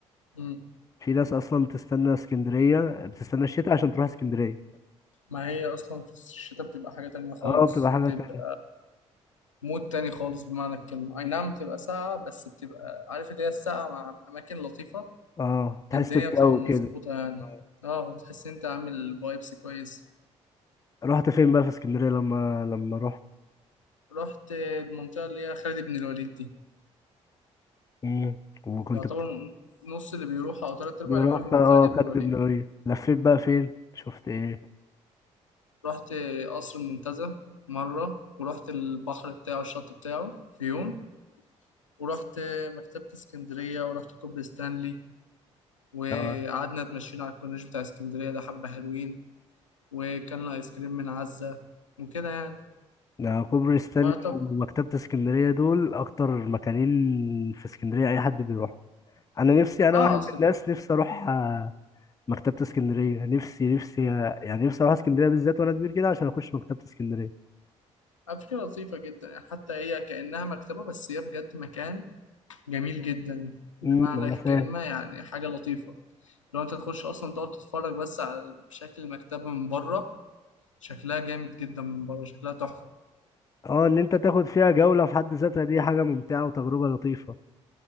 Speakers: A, on the left; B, on the left.
A: امم
B: في ناس اصلا بتستنى اسكندريه بتستنى الشتاء عشان تروح اسكندريه
A: ما هي اصلا في الشتاء بتبقى حاجه تانية خالص
B: اه بتبقى حاجه
A: بتبقى
B: تانية
A: مود تاني خالص بمعنى الكلمة أي نعم بتبقى ساقعة بس بتبقى عارف اللي هي الساقعة مع أماكن لطيفة
B: اه تحس
A: الدنيا
B: بجو
A: بتبقى مظبوطة
B: كده
A: يعني
B: آه.
A: اه بتحس إن أنت عامل فايبس كويس
B: رحت فين بقى في اسكندريه لما لما رحت
A: رحت المنطقة اللي هي خالد بن الوليد دي
B: مم. وكنت
A: يعتبر
B: بت...
A: نص اللي بيروح أو تلات أرباع اللي
B: رحت
A: بيروح بيروح
B: اه
A: خالد
B: خالد
A: بن الوليد
B: بن الوليد لفيت بقى فين شفت ايه
A: رحت قصر المنتزه مرة ورحت البحر بتاعه الشط بتاعه في يوم ورحت مكتبة اسكندرية ورحت كوبري ستانلي وقعدنا
B: آه.
A: اتمشينا على الكورنيش بتاع اسكندرية ده حبة حلوين وكان ايس كريم من عزة وكده يعني
B: ده كوبري ستانلي
A: وطب
B: ومكتبة اسكندرية دول أكتر مكانين في اسكندرية أي حد بيروح أنا نفسي أنا
A: اه
B: واحد
A: اصل
B: من الناس نفسي أروح آه، مكتبة اسكندرية نفسي نفسي آه، يعني نفسي أروح اسكندرية بالذات وأنا كبير كده عشان أخش مكتبة اسكندرية
A: على فكرة لطيفة جدا يعني حتى هي كأنها مكتبة بس هي بجد مكان جميل جدا بمعنى
B: أمم أنا
A: الكلمة
B: فاهم
A: يعني حاجة لطيفة لو انت تخش اصلا تقعد تتفرج بس على شكل المكتبة من بره شكلها جامد جدا من بره شكلها تحفة
B: أه إن أنت تاخد فيها جولة في حد ذاتها دي حاجة ممتعة وتجربة لطيفة